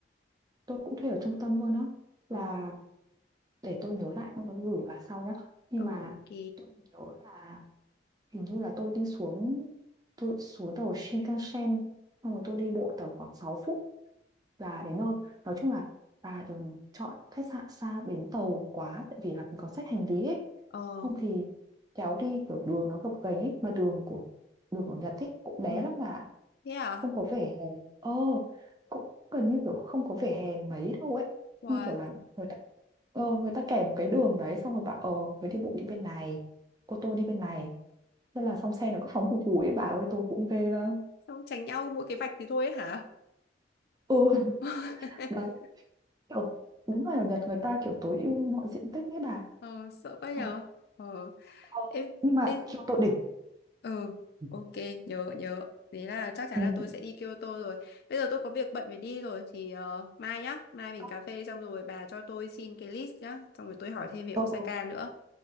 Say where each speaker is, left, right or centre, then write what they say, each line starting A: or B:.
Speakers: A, on the right; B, on the left.
A: tôi cũng thuê ở trung tâm luôn á
B: Ờ,
A: là để tôi nhớ lại xong rồi tôi gửi bà sau nhá nhưng
B: ừ,
A: mà
B: ok.
A: tôi nhớ là hình như là tôi đi xuống tôi xuống tàu Shinkansen xong rồi tôi đi bộ tầm khoảng 6 phút và đến nơi nói chung là bà đừng chọn khách sạn xa bến tàu quá tại vì là mình có xách hành lý ấy
B: Ờ,
A: không thì kéo đi kiểu đường nó gập ghềnh ấy mà đường của đường ở Nhật ấy cũng
B: ừ,
A: bé lắm bà
B: thế à?
A: không có vỉa hè ờ cũng gần như kiểu không có vỉa hè mấy đâu ấy
B: Wow,
A: như kiểu là người ta ờ, người ta kẻ một cái đường đấy xong rồi bảo ờ người đi bộ đi bên này ô tô đi bên này thế là xong xe nó cứ phóng phù phù ấy bà ơi tôi cũng ghê lắm
B: xong tránh nhau mỗi cái vạch thì thôi ấy hả?
A: ừ <laughs>
B: <laughs>
A: đấy kiểu đúng là ở Nhật người ta kiểu tối ưu mọi diện tích ấy bà
B: Ờ, sợ quá nhờ.
A: đấy
B: Ờ,
A: Ờ,
B: em,
A: nhưng mà
B: em,
A: khiêu tội đỉnh
B: ừ,
A: ừ
B: ok, nhớ, nhớ. Thế là chắc chắn
A: ừ
B: là tôi sẽ đi Kyoto rồi. Bây giờ tôi có việc bận phải đi rồi, thì ờ, mai nhá, mai mình
A: ờ,
B: cà phê xong rồi bà cho tôi xin cái list nhá, xong rồi tôi hỏi thêm về
A: ờ
B: Osaka
A: ờ,
B: nữa.